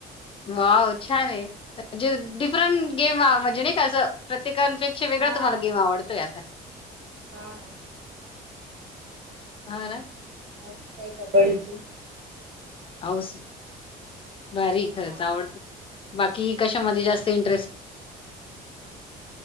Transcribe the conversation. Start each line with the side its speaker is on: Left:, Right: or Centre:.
Left: वाव छान आहे. मझे डिफरंट
Right: हा
Left: गेम म्हणजे नाही का असं प्रत्येक कांनच्यापेक्षा वेगळा
Right: हा
Left: तुम्हांला गेम आवडतोय आता.
Right: ना
Left: हो ना.
Right: हाऊस हाय कबड्डीची.
Left: औस भारी
Right: हा
Left: खरंच आवड, बाकी कशामध्ये जास्त इंटरेस्ट